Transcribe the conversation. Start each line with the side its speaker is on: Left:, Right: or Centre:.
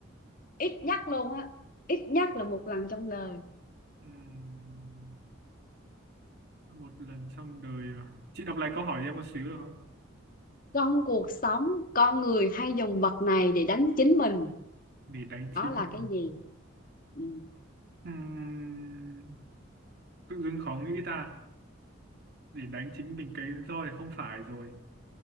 Left: ít nhắc luôn á ít nhắc là một lần trong đời
Right: Ừm, một lần trong đời à? chị đọc lại câu hỏi cho em một xíu được không
Left: trong cuộc sống con người hay dùng vật này để đánh chính mình
Right: để đánh
Left: đó
Right: chính
Left: là
Right: mình
Left: cái gì ừ.
Right: Ừm, tự dưng khó nghĩ ta để đánh chính mình cái roi thì không phải rồi